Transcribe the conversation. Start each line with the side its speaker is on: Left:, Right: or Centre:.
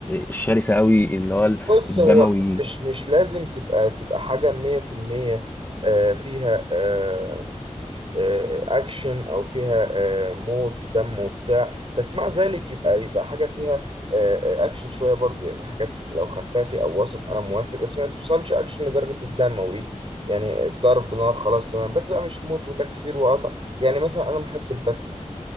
Left: الشرسة قوي اللي هو
Right: بص
Left: الدموي
Right: هو مش مش لازم تبقى تبقى حاجة 100% آه، فيها آه، آه، اكشن او فيها آه، موت ودم وبتاع بس مع ذلك يبقى يبقى حاجة فيها آه، آه، اكشن شوية برضو يعني حاجات لو خفافي او وسط انا موافق بس ما توصلش اكشن لدرجة الدم وايه يعني ضرب نار خلاص تمام بس بقى مش موت وتكسير وقطع يعني مثلا انا محب الباتمان